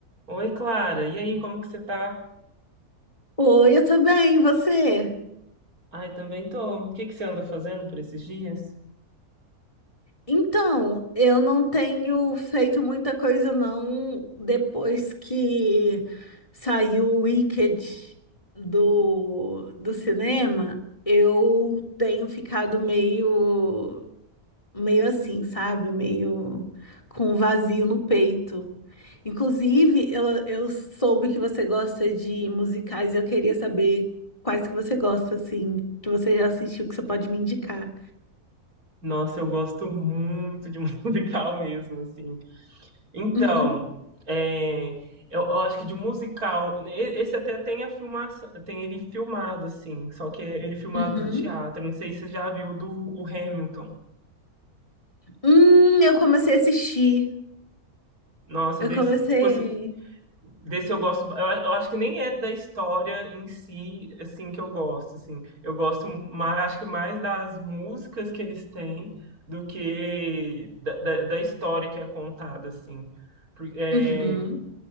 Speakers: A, on the right; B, on the left.
A: Oi, Clara. E aí, como que você tá?
B: Oi, eu tô bem, e você?
A: Ai, também tô. O que que você anda fazendo por esses dias?
B: Então, eu não tenho feito muita coisa não depois que saiu o Wicked do, do cinema. Eu tenho ficado meio meio assim, sabe? Meio com um vazio no peito. Inclusive, eu, eu soube que você gosta de musicais e eu queria saber quais que você gosta, assim, que você já assistiu, que você pode me indicar.
A: Nossa, eu gosto muito de <laughs> musical mesmo, assim. Então,
B: Uhum.
A: é, eu, eu acho que de musical, né, e- esse até tem a filmação, tem ele filmado, assim, só que é ele filmado
B: Uhum.
A: do teatro. Não sei se você já viu do o Hamilton.
B: Hum, eu comecei a assistir.
A: Nossa,
B: Eu
A: desse,
B: comecei.
A: tipo, assim, Desse eu gosto, eu, a- eu acho que nem é da história em si, assim, que eu gosto, assim. Eu gosto mais, acho que mais das músicas que eles têm do que da, da, da história que é contada, assim. Por- é,
B: Uhum.